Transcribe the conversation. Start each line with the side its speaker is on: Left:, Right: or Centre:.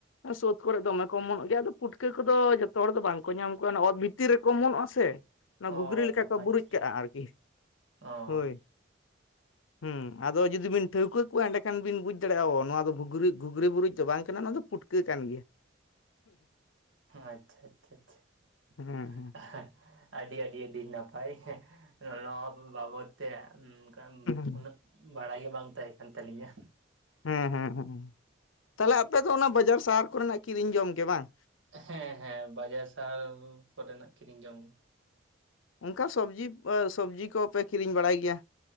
Left: ᱟᱨ ᱥᱳᱫ ᱠᱚᱨᱮ ᱫᱚᱢᱮ ᱠᱚ ᱚᱢᱚᱱᱚᱜ ᱜᱮᱭᱟ ᱾ ᱟᱫᱚ ᱯᱩᱴᱠᱟᱹ ᱠᱚᱫᱚ ᱡᱚᱛᱚ ᱦᱚᱲ ᱫᱚ ᱵᱟᱝᱠᱚ ᱧᱟᱢ ᱠᱚᱣᱟ ᱚᱱᱟ ᱚᱛ ᱵᱷᱤᱛᱤᱨ ᱨᱮᱠᱚ ᱚᱢᱚᱱᱚᱜ-ᱟ ᱥᱮ᱾ ᱚᱱᱟ
Right: ᱚ
Left: ᱜᱷᱩᱜᱽᱨᱤ ᱞᱮᱠᱟ ᱠᱚ
Right: ᱟᱪᱪᱷᱟ
Left: ᱵᱩᱨᱩᱡ
Right: ᱟᱪᱪᱷᱟ
Left: ᱠᱟᱜᱼᱟ ᱟᱨᱠᱤ
Right: ᱾ <inaudible> ᱚ᱾
Left: ᱦᱳᱭ
Right: <inaudible>
Left: ᱦᱩᱸ ᱟᱫᱚ ᱡᱩᱫᱤ ᱵᱤᱱ ᱴᱷᱟᱹᱣᱠᱟᱹ ᱠᱚᱣᱟ ᱮᱸᱰᱮᱠᱷᱟᱱ ᱵᱤᱱ ᱵᱩᱡ ᱫᱟᱲᱮᱭᱟᱜ-ᱟ ᱚ ᱱᱚᱣᱟ ᱫᱚ ᱜᱷᱩᱜᱽᱨᱤ ᱜᱷᱩᱜᱽᱨᱤ ᱵᱩᱨᱩᱡ ᱫᱚ ᱵᱟᱝ ᱠᱟᱱᱟ ᱱᱚᱣᱟ ᱫᱚ ᱯᱩᱴ ᱠᱟᱹ ᱠᱟᱱ ᱜᱮᱭᱟ᱾ <inaudible>
Right: ᱟᱪᱪᱷᱟ ᱟᱪᱪᱷᱟ ᱟᱪᱪᱷᱟ
Left: ᱦᱮᱸ
Right: ᱾
Left: ᱦᱮᱸ
Right: <inaudible> ᱟᱹᱰᱤ ᱟᱹᱰᱤ ᱟᱹᱰᱤ ᱱᱟᱯᱟᱭ᱾ ᱱᱚᱣᱟ ᱵᱟᱵᱚᱛ ᱛᱮ ᱚᱱᱠᱟ
Left: ᱦᱮᱸ
Right: ᱩᱱᱟᱹᱜ ᱵᱟᱲᱟᱭ ᱜᱮ ᱵᱟᱝ ᱛᱟᱦᱮᱸ ᱠᱟᱱ ᱛᱟᱹᱞᱤᱧᱟ᱾
Left: ᱦᱮᱸ ᱦᱮᱸ ᱦᱮᱸ ᱾ <inaudible> ᱛᱟᱦᱞᱮ ᱟᱯᱮ ᱫᱚ ᱚᱱᱟ ᱵᱟᱡᱟᱨ ᱥᱟᱦᱟᱨ ᱠᱚᱨᱮᱱᱟᱜ ᱠᱤᱨᱤᱧ ᱡᱚᱢ ᱜᱮ ᱵᱟᱝ?
Right: ᱦᱮᱸ ᱦᱮᱸ, ᱵᱟᱡᱟᱨ ᱥᱟᱦᱟᱨ ᱠᱚᱨᱮᱱᱟᱜ ᱠᱤᱨᱤᱧ ᱡᱚᱢ ᱜᱮ᱾
Left: ᱚᱱᱠᱟ ᱥᱚᱵᱽᱡᱤ ᱟ ᱥᱚᱵᱽᱡᱤ ᱠᱚ ᱯᱮ ᱠᱤᱨᱤᱧ ᱵᱟᱲᱟᱭ ᱜᱮᱭᱟ?